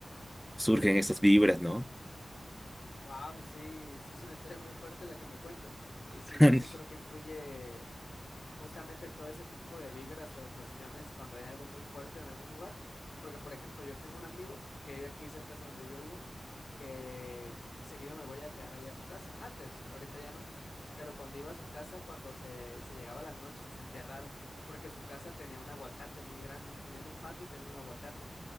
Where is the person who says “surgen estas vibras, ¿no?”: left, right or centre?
Centre